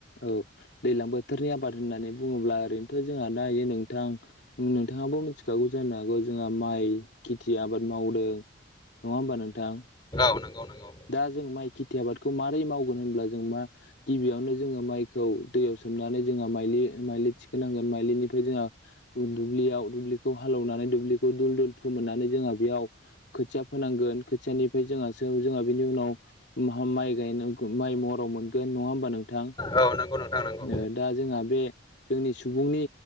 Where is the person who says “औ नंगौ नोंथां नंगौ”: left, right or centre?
Left